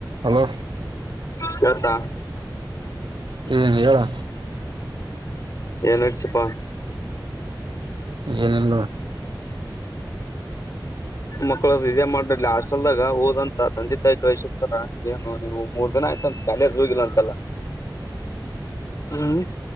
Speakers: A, on the right; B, on the left.
A: Hello.
B: ಕೇಳುತ್ತ.
A: ಹ್ಮ್ಮ್ ಹೇಳೊ.
B: ಏನ್ ನಡಿಸಿಪ್ಪ.
A: ಏನಿಲ್ಲ ನೋಡ್
B: ಮಕ್ಕಳರು ಇದೇ ಮಾಡ್ ಹಾಸ್ಟೆಲ್ಡಗಾ ಓದು ಅಂತ ತಂದೆ ತಾಯಿ ಕಲ್ಸಿರ್ತರ ಏನು ನೀವು ಮೂರ್ ದಿನ ಆಯ್ತ ಅಂತ ಕಾಲೇಜ್ ಹೋಗಿಲ್ಲ ಅಂತಲ್ಲ. ಹ್ಮ್